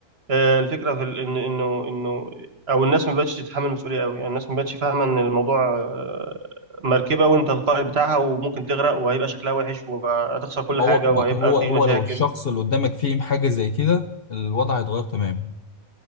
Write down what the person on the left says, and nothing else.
ما
هو ما
هو
هو
لو الشخص اللي قدامك فيه حاجه زي كده الوضع هيتغير تماما